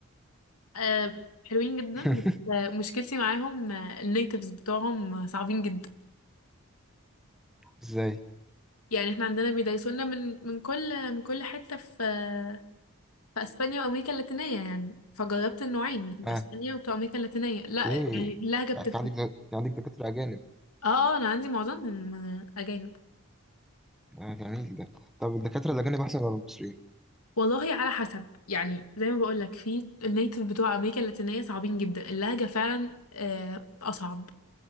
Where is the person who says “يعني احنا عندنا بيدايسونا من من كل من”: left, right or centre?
Left